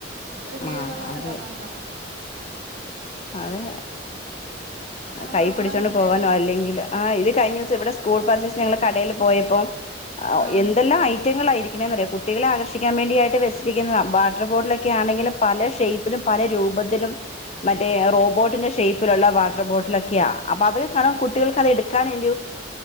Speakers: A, on the right; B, on the left.
A: ഒരു കീറലോ
B: ആഹ അതെ
A: വല്ലോം വന്നാ
B: അതെ
A: അതാണ്
B: തൈ
A: നമ്മളെ
B: പിടിച്ചോണ്ട്
A: കുട്ടികളെ
B: പോകാനോ അല്ലെങ്കിൽ ആഹ് ഇത് കഴിഞ്ഞ ദിവസം ഇവിടെ സ്കൂൾ പർച്ചൾ കടയിൽ പോയപ്പോ എ
A: ഉം
B: എന്തെല്ലാം ഐറ്റങ്ങളൾ ആയിരിക്കണിയ കുട്ടികളെ ആകഷ ഭക്ഷിക്കാൻ വേണ്ടിായിട്ട് വുന്ന വാട്ടർ ബോട്ടിലൊക്കെ ആണെങ്കിലും പല ഷേിലും പല രൂപത്തിലും മറ്റേ റോബോട്ടിന്റെ ഷേ്പപ്പ് പിള്ള വാണ് ബോട്ടിലൊക്കെആ അപ്പ <inaudible> കുട്ടികൾക്ക് അത് എടുക്കാനും